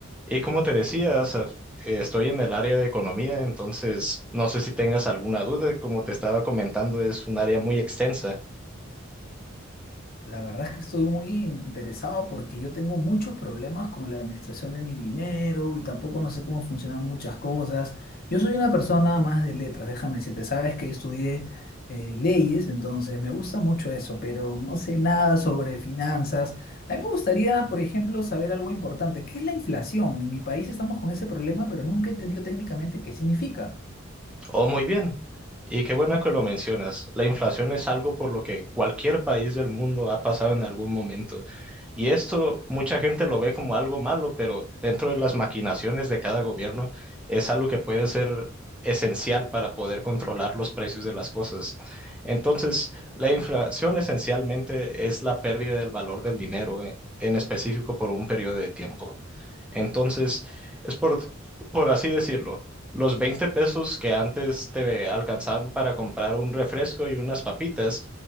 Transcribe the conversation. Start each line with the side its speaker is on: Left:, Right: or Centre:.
Centre: Y como te decía, Asaf, eh, estoy en el área de economía, entonces no sé si tengas alguna duda, como te estaba comentando, es un área muy extensa.
Left: La verdad es que estoy muy interesado porque yo tengo muchos problemas con la administración de mi dinero y tampoco no sé cómo funcionan muchas cosas. Yo soy una persona más de letras, déjame decirte, sabes que estudié eh, leyes, entonces me gusta mucho eso, pero no sé nada sobre finanzas. A mí me gustaría, por ejemplo, saber algo importante, ¿qué es la inflación? En mi país estamos con ese problema, pero nunca he entendido técnicamente qué significa.
Centre: Oh, muy bien. Y qué bueno que lo mencionas. La inflación es algo por lo que cualquier país del mundo ha pasado en algún momento. Y esto mucha gente lo ve como algo malo, pero dentro de las maquinaciones de cada gobierno es algo que puede ser esencial para poder controlar los precios de las cosas. Entonces, la inflación esencialmente es la pérdida del valor del dinero, eh, en específico por un periodo de tiempo. Entonces, es por, por así decirlo, los 20 pesos que antes te alcanzaban para comprar un refresco y unas papitas,